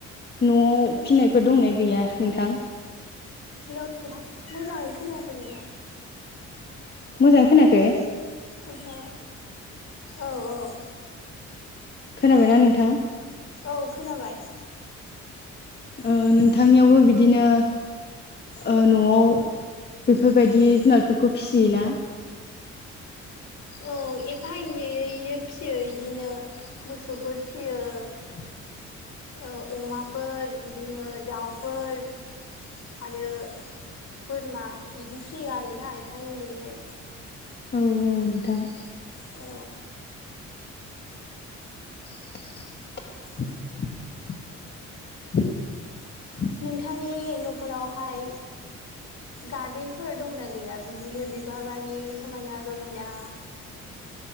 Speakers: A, on the left (about 35°); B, on the left (about 55°).
A: न'आव फिनायफोर दंनाय गैया नोंथां?
B: हेल' नोंथां मोजाङैनो खोनायाखै नोंथां
A: मोजां खोनाखै
B: ओहो औ औ
A: खोनाबायना नोंथां
B: औ खोनाबाय
A: औ नोंथांनियावबो बिदिनो ओ न'आव बेफोरबायदि जुनारफोरखौ फिसियोना <inaudible>
B: औ एफा एनैयैनो फिसियो इदिनो मोसौफोर फियो
A: <inaudible>
B: औ अमाफोर इदिनो दाउफोर आरो बोरमा इदि फिसियो आरोना एफा एनैयै
A: औ औ नोंथां
B: औ
A: <inaudible>
B: नोंथांनि न'खरावहाय गार्देनफोर दंना गैया बिदिनो बिबार बारि समायना रमायना